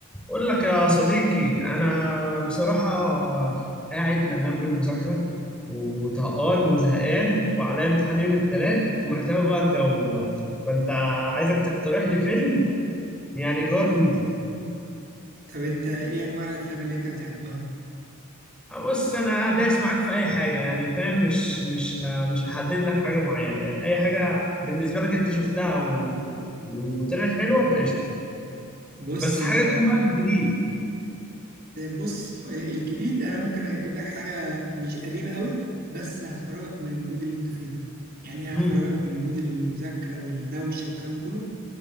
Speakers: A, in the centre; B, on the right.
A: بقول لك يا صديقي انا بصراحه قاعد ملان من المذاكره وطهقان وزهقان وعليا امتحان يوم الثلاث ومحتاج اغير جو دلوقتي فانت عايزك تقترح لي فيلم يعني يغير مودي
B: طب انت ايه انواع الافلام اللي انت بتحبها
A: بص انا دايس معاك في اي حاجه يعني فاهم مش مش مش هحدد لك حاجه معينه يعني اي حاجه بالنسبه لك انت شفتها و... وطلعت حلوه فقشطه
B: بص
A: بس
B: انا
A: حاجه تكون بقى في الجديد
B: بص الجديد انا ممكن اجيب لك حاجه مش قديمه قوي بس هتخرجك من المود اللي انت فيه ده يعني هي
A: امم
B: هتخرجك من مود المذاكره والدوشه والكلام ده كله